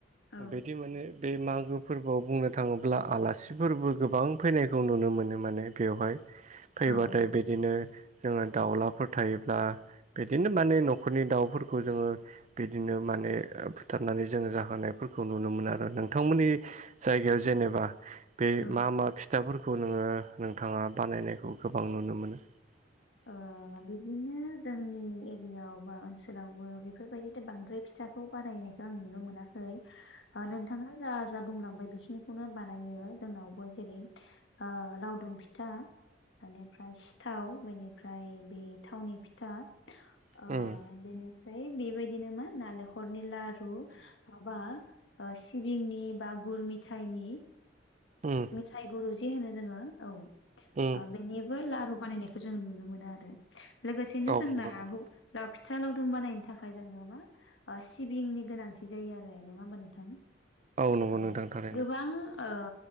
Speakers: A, on the left (about 70°); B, on the right (about 40°).
A: औ
B: बिदि माने बे मागो फोरबोआव बुंनो थाङोब्ला आलासिफोरबो गोबां फैनायखौ नुनो मोनो माने बेवहाय फैबाथाय
A: औ
B: बिदिनो जोङो दाउलाफोर थायोब्ला बिदिनो माने न'खरनि दाउफोरखौ जोङो बिदिनो माने बुथारनानै जोङो जाहोनायफोरखौ नुनो मोनो आरो नोंथांमोननि जायगायाव जेनेबा बे
A: औ
B: मा मा फिथाफोरखौ नोङो नोंथाङा बानायनायखौ गोबां नुनो मोनो <inaudible>
A: ओ बिदिनो जोंनि एरियाव बा ओनसोलावबो बेफोरबायदि बांद्राय फि फिथाखौ बानायनायखौ आं नुनो मोना है ओ नोंथाङा जा जा बुंलांबाय बेखिनिखौनो बानायो जोंनावबो जेरै ओ लावदुम फिथा बेनिफ्राय सिथाव बेनि फ्राय बे थावनि फिथा ओ
B: उम
A: बेनिफ्राय बेबायदिनो मा नालेंखरनि लारु माबा ओ सिबिंनि बा गुर मिथाइनि
B: उम
A: मिथाइ गुरु जि होनो जोङो औ
B: उम
A: बेनिबो लारु बानायनाय खौ जों नुनो मोनो आरो लोगोसेनो
B: नंगौ
A: जोंना
B: नोंथां
A: लाव फिथा लावदुम बानायनो थाखाय जोंनो मा ओ सिबिंनि गोनांथि जायो आरो नङा होमबा नोंथां
B: नंगौ नोंथां नंगौ
A: औ
B: नोंथां थारैनो
A: गोबां ओ